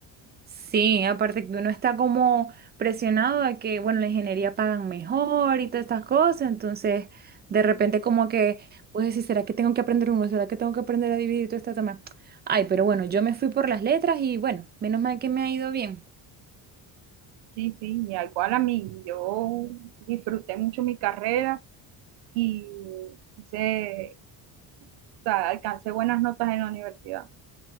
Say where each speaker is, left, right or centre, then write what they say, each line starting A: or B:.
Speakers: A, on the right; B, on the right.
A: Sí, aparte que uno está como presionado de que, bueno, la ingeniería pagan mejor y todas estas cosas, entonces de repente como que, pues decir, ¿será que tengo que aprender uno? ¿Será que tengo que aprender a dividir y todo este tema? Ay, pero bueno, yo me fui por las letras y bueno, menos mal que me ha ido bien.
B: Sí, sí, y igual a mí, yo disfruté mucho mi carrera y hice, o sea, alcancé buenas notas en la universidad.